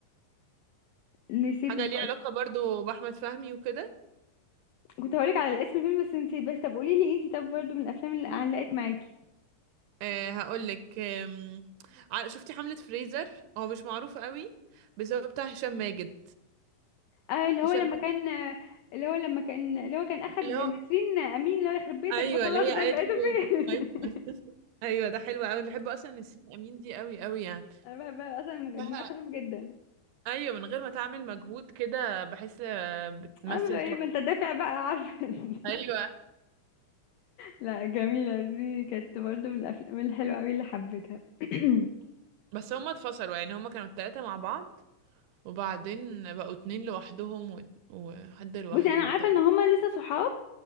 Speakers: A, on the left (about 80°); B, on the right (about 80°).
A: نسيته
B: حاجة ليها
A: خالص
B: علاقة برضو بأحمد فهمي وكده
A: كنت هقولك على اسم الفيلم بس نسيت بس طب قولي لي انتي طب برضو من الافلام اللي علقت معاكي
B: أه هقولك آم، ع- شفتي حملة فريزر هو مش معروف قوي بس هو بتاع هشام ماجد
A: آه اللي هو
B: هشام
A: لما
B: ماجد
A: كان آه، اللي هو لما كان اللي هو كان اخد
B: اللي هو
A: نسرين امين اللي هو يخرب بيتك
B: ايوه
A: بطل
B: اللي
A: اخضر
B: هي قالت
A: لقيته
B: له
A: فين
B: طيب.
A: <laughs>
B: ايوه ده حلو قوي أنا بحب اصلا نسرين امين دي قوي قوي يعني
A: انا بحبها اصلا
B: لها-
A: دماغها خفيف جدا
B: ايوه من غير ما تعمل مجهود كده بحس آه، بتمثل
A: عارفه لو ايه
B: تحفة
A: ما انت دافع بقى عارفه <laughs>
B: ايوه
A: لا جميله دي كانت برضو من الافلام الحلوه قوي اللي حبيتها <clears throat> <coughs>
B: بس هما اتفصلوا يعني هما كانوا التلاتة مع بعض وبعدين بقوا اتنين لوحدهم و- وحد لوحده
A: بصي انا عارفه
B: تاني.
A: ان هما لسه صحاب